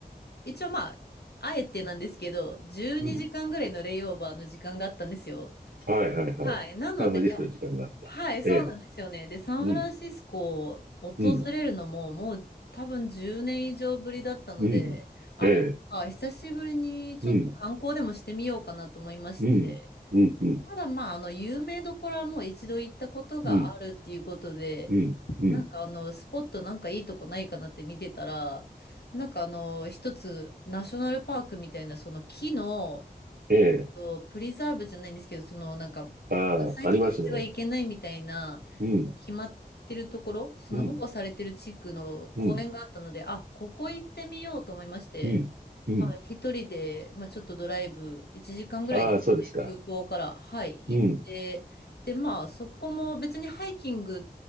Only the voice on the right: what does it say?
うん。はい。はい。はい。
サンフランシスコに時間があった。
ええ。
うん。うん。うん。
ええ。
うん。うん。うん。うん。
うん。うん。うん。
ええ。
ああ、
ありますね。うん、
うん、うん、
うん、うん。
ああ、そうですか。
うん、